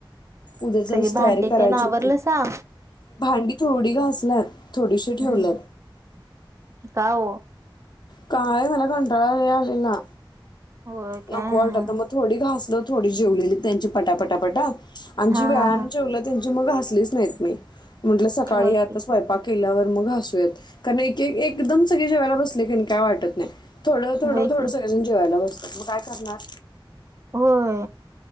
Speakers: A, on the left (about 60°); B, on the right (about 35°).
A: उद्या जराशी
B: सगळी भांडी
A: तयारी करायची
B: ते ना आवरलं
A: होती
B: सा
A: भांडी थोडी घासल्यात थोडीशी ठेवल्यात
B: हम्म का ओ?
A: काय मला कंटाळा आलेला
B: होय काय
A: नको
B: हा
A: वाटलं होत, मग थोडी घासल थोडी जेवलेली त्यांची पटापटापटा आणि
B: हा
A: जी वेळाने
B: हा हा
A: जेवलं त्यांची मग घसलीच नाहीत नाही मी, म्हटलं सकाळी
B: होय
A: आता
B: की
A: स्वयंपाक केल्यावर मग घासूयात कारण एक एकदम सगळी जेवायला बसले की नाय काय वाटत नाही थोडं थोडं
B: होय
A: थोडं
B: की
A: सगळेजण जेवायला बसतात मग काय करणार
B: होय.